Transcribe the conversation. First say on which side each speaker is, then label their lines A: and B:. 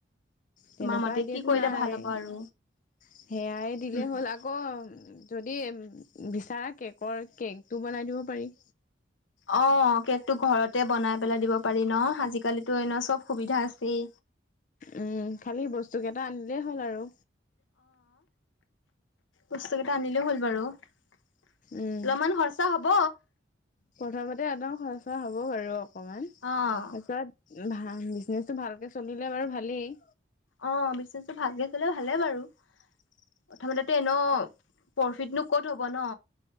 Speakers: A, on the left (about 40°); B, on the left (about 90°).
A: তেনেকুৱা
B: তোমাৰ মতে
A: এইডিয়াতো
B: কি কৰিলে
A: নাই।
B: ভাল হ'ব আৰু
A: সেয়াই দিলে
B: উম
A: হ'ল আকৌ। যদি বিচাৰা কেকৰ কেকটো বনাই দিব পাৰি।
B: অ কেকতটো ঘৰতে বনাই পেলাই দিব পাৰি ন আজিকালিতো এনে চব সুবিধা আছেই।
A: উম খালি বস্তু কেইটা আনিলেই হ'ল আৰু।
B: বস্তু এটা আনিলেই হ'ল বাৰু। অলপমান
A: উম
B: খৰচা হব।
A: প্ৰথমতে একদম খচৰা হব বাৰু অকমান
B: অ',
A: তাৰপিছত। ভ বিজনেচটো ভালকে চলিলে বাৰু ভালেই।
B: অ', বিজনেচটো ভালকে ভালে বাৰু। প্ৰথমতেটো এনেও প্ৰফিটনো ক'ত হ'ব ন।